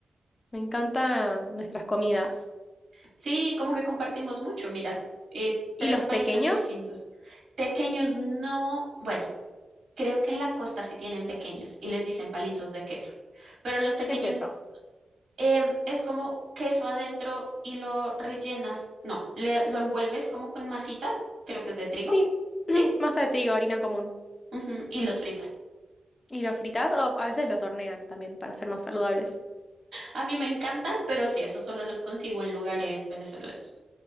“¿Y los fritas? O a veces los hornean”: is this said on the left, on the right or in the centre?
Left